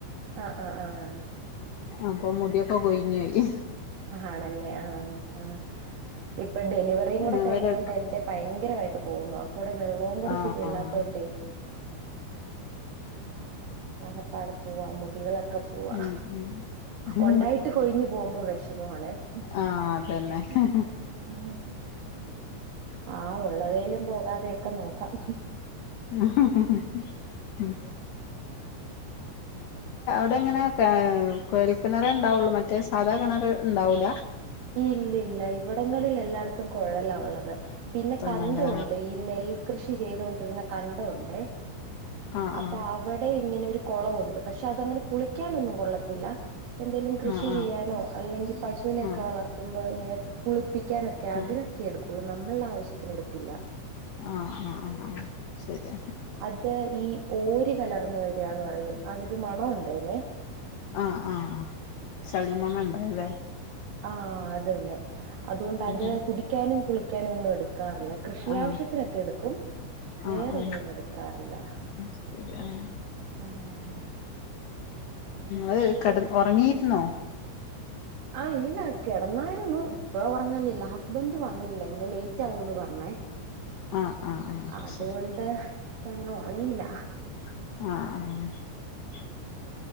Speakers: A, on the right; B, on the left.
A: ആഹ് ആഹ് ആഹ്
B: അപ്പൊ മുടിയൊക്കെ കൊയ്ഞ്ഞോയി
A: ആണല്ലേ ആഹ് ആഹ് ആ ഇപ്പൊ ഡെലിവറിം കൂടെ
B: ഇവര്
A: കയിഞ്ഞോണ്ടെന്റെ ഭയങ്കര വെ ട്ട് പോന്ന അപ്പോടെ വെള്ളോം കൂടെ
B: ആഹ്
A: ശെരിയല്ലാത്തോണ്ട്
B: ആഹ്
A: ആകപ്പാടെ പോക മുടികളോക്കെ പോക
B: ഉം ഉം
A: ഒണ്ടായിട്ട് കൊഴിഞ്ഞു പോകുമ്പോ വെഷമ <unintelligible>
B: ആഹ് അതന്നെ
A: ആ ഉള്ളതേലും പോകാതെയൊക്കെ നോക്കാം
B: ആ ആ ഉം അവിത <unintelligible> എങ്ങനെ ഏ കുഴൽ കിണറ ഉണ്ടാവുള്ളൂ മറ്റേ സാധാ കിണർ ഉണ്ടാവൂല
A: ഇല്ലില്ലാ ഇവിടങ്ങളിൽ എല്ലായിടത്തും കുഴലാ ഉള്ളത് പിന്നെ
B: തൊണ്ണൂല്
A: കണ്ടോണ്ട് ഈ നെൽകൃഷി കൃഷി ചെയ്തോണ്ടിർന്ന കണ്ടൊണ്ടേ
B: ആ ആ
A: അപ്പൊ അവിടെ ഇങ്ങനെ ഒരു- കൊളവുണ്ട് പക്ഷെ അതങ്ങനെ കുളിക്കാനൊന്നും കൊള്ളത്തില്ല എന്തേലും കൃഷി
B: ആ ആ ആ
A: ചെയ്യാനോ അല്ലെങ്കിൽ പശുവിനെ-
B: ആ
A: ക്ക വളർത്തുമ്പോ ഇങ്ങനെ കുളിപ്പിക്കാനൊക്കെ അതിനൊക്കെ
B: ആ ആ
A: ഇടുക്കുള്ളു നമ്മൾളെ ആവശ്യത്തിനെടുക്കില്ല
B: ആ ആ ആ ആ ശരി
A: അത് ഈ ഓര് കലർന്ന് വരാന്ന് പറയും അത് ഒരു മണോ ഒണ്ടായിനേ
B: ആ ആ ആഹ് ചെളിമണണ്ട്ലേ
A: ആഹ് അത് തന്നെ അതുകൊണ്ടത്
B: ഉം
A: കുടിക്കാനും കുളി ക്ക്യാനൊന്നും എട് ക്കാറില്ല. കൃഷി
B: ആ
A: ആവശ്യത്തിനൊക്കെ എട്ക്കും വേറൊന്നിനും
B: ആ ആ
A: എട്ക്കാറില്ല.
B: ശരി ആ
A: ആഹ്
B: നിങ്ങള് കട ഒറങ്ങീര്ന്നോ?
A: ആ ഇല്ല കെടന്നായിരുന്നു. പ്പൊ ഒറങ്ങലില്ല ഹസ്ബൻ്റ് വന്നില്ല ഇന്ന് ലേറ്റ് ആവുന്ന് പർണേ
B: ആ ആ ആ ആ
A: അതുവൊണ്ട്
B: ശരി
A: ഇപ്പങ്ങനെ ഒ ഒറങ്ങീല്ല
B: ആഹ് ആഹ്